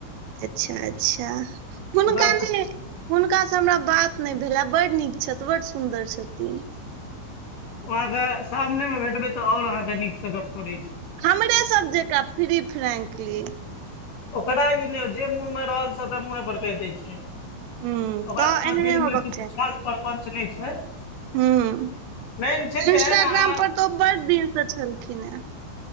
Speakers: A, on the right; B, on the left.
A: अच्छा अच्छा हुनका
B: ओकरा तऽ
A: ने हुनका सऽ हमरा बात नहि भेलै बड नीक छथि बड सुन्दर छथिन
B: ओ अहाँके सामने मे भेटबै तऽ ओर अहाँके नीकसँ गप करे छैय
A: हमरे सब जकाँ फ्री फ्रेंकली
B: ओकरा ई नहि जे मुँहमे रहल सभटा मुँहे पर कहि दै छै
A: हूँ
B: ओकरा
A: तऽ
B: कोनो
A: एहने
B: दिलमे
A: होबक
B: किछ छल प्रपञ्च नहि छै
A: हुं
B: मेन छै
A: इंस्टाग्राम
B: जेहन अहाँ
A: पर तऽ ओ बड़ दिन से छलखिन हे